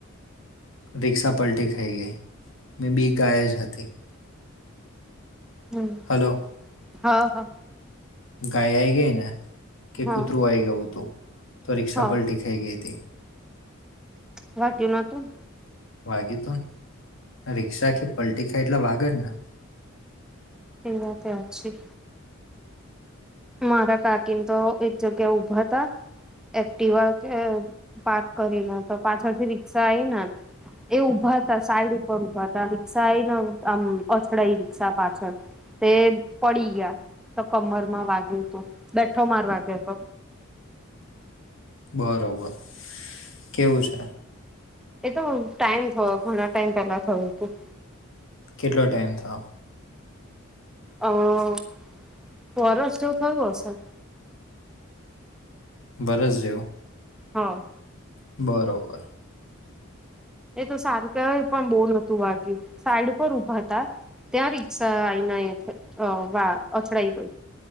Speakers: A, on the left (about 65°); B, in the centre.
A: રિક્ષા પલટી ખાઈ ગઈ, મેબી એક ગાય જ હતી.
B: હમ્મ.
A: હલો.
B: હા, હા.
A: ગાય આઈ ગઈ ને, કે
B: હા
A: કૂતરું આઈ ગયું તું, તો રિક્ષા
B: હા
A: પલટી ખાઈ ગઈ હતી.
B: વાગ્યું નોતુંન?
A: વાગ્યું તુંન, રિક્ષા આખી પલટી ખાય એટલે વાગે જ ને.
B: એ વાત એય હાચી. મારા કાકીન તો એક જગ્યા ઊભા તા એક્ટિવા કે પાર્ક કરીને, તો પાછળથી રિક્ષા આઈના એ ઉભા તા, સાઈડ ઉપર ઊભા તા, રિક્ષા આઈ ને આમ અથડાઈ રિક્ષા પાછળ. તે પડી ગયા, તો કમર માં વાગ્યું તું, બેઠો માર વાગ્યો તો.
A: બરોબર. કેવું છે?
B: એ તો ટાઈમ થયો, ઘણા ટાઈમ પેલા થયું તું.
A: કેટલો ટાઈમ થયો?
B: અહ વરસ જેવું થયું હશે.
A: વરસ જેવું?
B: હા.
A: બરોબર.
B: એ તો સારૂ કેવાય પણ બહુ નહોતું વાગ્યું, સાઈડ ઉપર ઊભા તા ત્યાં રિક્ષા આઈનાઈ વા અથડાઈ ગઈ.